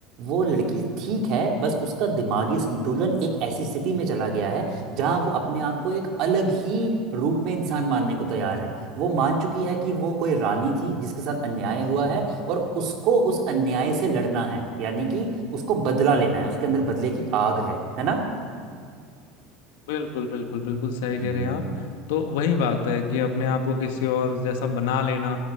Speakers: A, on the right; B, on the left.
A: वो लड़की ठीक है बस उसका दिमागी संतुलन एक ऐसी स्थिति में चला गया है जहाँ वो अपने आप को एक अलग ही रूप में इंसान मानने को तैयार है वो मान चुकी है कि वो कोई रानी थी जिसके साथ अन्याय हुआ है और उसको उस अन्याय से लड़ना है यानी कि उसको बदला लेना है उसके अंदर बदले की आग है है ना
B: बिल्कुल बिल्कुल बिल्कुल सही
A: हम्म,
B: कह रहे हैं
A: हम्म,
B: आप तो वही बात है कि अपने आप को किसी और जैसा बना लेना